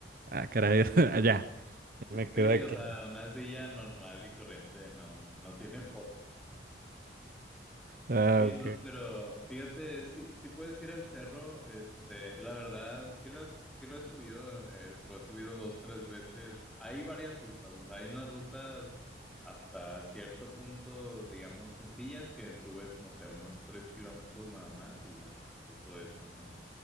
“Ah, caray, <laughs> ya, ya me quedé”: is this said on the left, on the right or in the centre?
Right